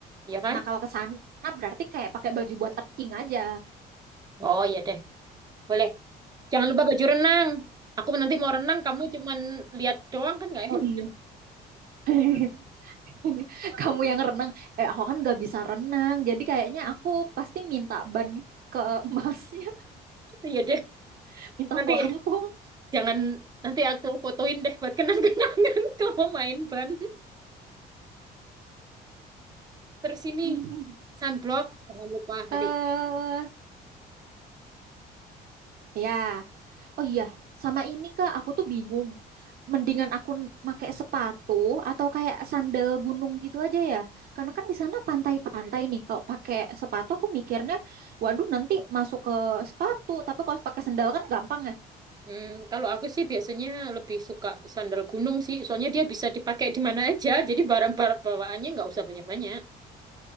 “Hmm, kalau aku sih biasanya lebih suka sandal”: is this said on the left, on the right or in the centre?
Right